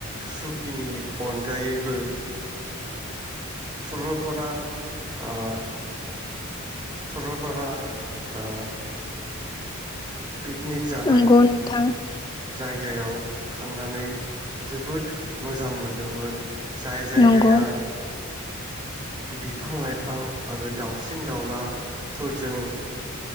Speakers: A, on the right (about 20°); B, on the left (about 20°).
A: सुकिनि अनगायैबो सरलफारा ओ। सरलपारा ओ। पिकनिक जानाय।
B: नंगौ नोंथां
A: जायगायाव थांनानै जोबोद मोजां मोनदोंमोन। जाय जायगाया।
B: नंगौ
A: बिफां लाइफां आरो दाउसिन दाउलाफोरजों